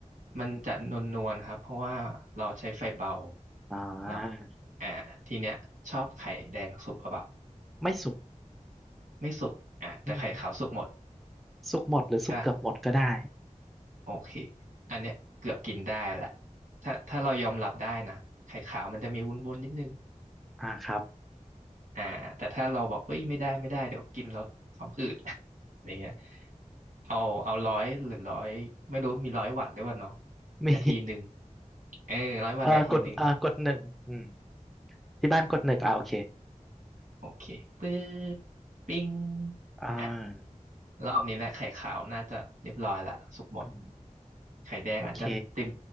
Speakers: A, on the right (about 80°); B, in the centre.
A: มันจะนวลนวลครับเพราะว่าเราใช้ไฟเบา
B: อ่า
A: เนาะอ่าทีเนี้ยชอบไข่แดงสุกหรือเปล่า
B: ไม่สุก
A: ไม่สุกอ่ะแต่ไข่ขาวสุกหมด
B: อืมสุกหมดหรือสุกเกือบหมดก็ได้
A: ใช่ป่ะโอเค อันเนี้ยเกือบกินได้แหละถ้าถ้าเรายอมรับได้นะ ไข่ขาวมันจะมีวุ้นๆนิดนึง
B: อ่าครับ
A: อ่าแต่ถ้าเราบอกเอ้ย ไม่ได้ไม่ได้เดี๋ยวกินเราท้องอืด <laughs> อะไรเงี้ยเอาเอาร้อยหรือร้อยไม่รู้มีร้อยวัตต์ด้วยวะเนาะ
B: <laughs> มี
A: นาทีหนึ่งเออร้อยวัตต์นาทีหนึ่ง
B: เอ่อกดเอ่อกดหนึ่งอืมที่บ้านกดหนึ่งอ่าโอเค
A: โอเคปึ๊ดปิ้ง
B: อ่า
A: อ่ะรอบนี้แหละไข่ขาวน่าจะเรียบร้อยละสุกหมด
B: อืม
A: ไข่แดงอาจจะเต็ม
B: โอเค